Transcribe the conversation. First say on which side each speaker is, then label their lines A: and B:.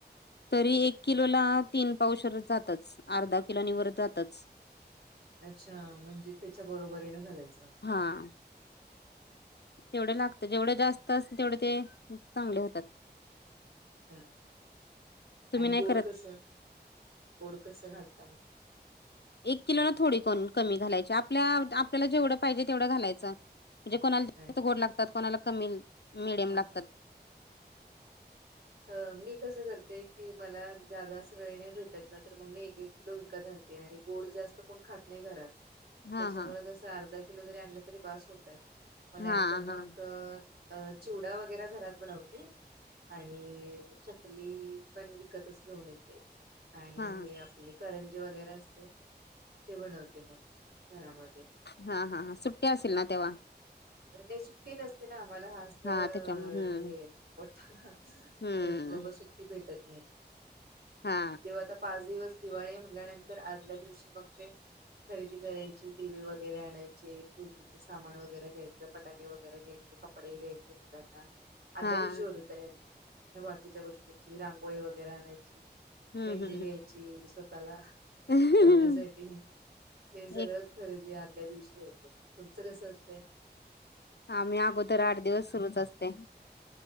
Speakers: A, on the left; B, on the right.
A: तरी एक किलोला तीन पाऊशर जातच. अर्धा किलोनी वर जातच.
B: अच्छा, म्हणजे त्याच्या बरोबरीन घालायच.
A: हा, तेवढे लागतात. जेवढे जास्त असल तेवढे ते चांगले होतात.
B: अच्छा
A: तुम्ही
B: आणि
A: नाही
B: गोड
A: करत.
B: कसं गोड कसं घालता मग,
A: एक किलोला थोडी कमी घालायची आपल्या आपल्याला जेवढं पाहिजे तेवढं घालायचं. म्हणजे कोणाला जास्त
B: हा
A: गोड लागतात. कोणाला कमी मिडियम लागतात.
B: हा अ मी कसं करते की मला जादा अस वेळ नाही भेटत ना तर मग मी एक किलो विकत आणते आणि गोड जास्त कोण खात नाही घरात.
A: हा
B: त्याच्यामुळे
A: हा
B: कसं अर्धा किलो जरी आणलं तरी बास होतय. मग नाहीतर
A: हा हा
B: मग, अ चिवडा वगैरे घरात बनवते. चकली पण विकतच घेऊन येते आणि
A: हा
B: हे आपले करंजी वगैरे असते ते बनवते मग घरामध्ये.
A: हा हा हा सुट्टी असेल ना तेव्हा?
B: नाही सुट्टी नसते ना आम्हाला हाच तर
A: हा त्याच्यामुळे हम्म
B: हे मोठा की
A: हम्म
B: बाबा सुट्टी भेटत नाही.
A: हा
B: जेव्हा आता पाच दिवस दिवाळी म्हणल्यानंतर, आदल्या दिवशी मग ते खरेदी करायची. दिवे वगैरे आणायचे. पूजेचं सामान वगैरे घ्यायचे. फटाके वगैरे घ्यायचे. कपडे घ्यायचे. मुलांना आदल्या
A: हा
B: दिवशी होते. तयारी बाकीच्या गोष्टींची रांगोळी वगैरे आणायची.
A: हम्म
B: मेहंदी
A: हम्म
B: घ्यायची. ची स्वतःला
A: हम्म
B: लावण्यासाठी हे सगळं
A: एक
B: खरेदी आदल्या दिवशी होते. तुमचं कस असतंय?
A: आम्ही अगोदर आठ दिवस सुरूच असते.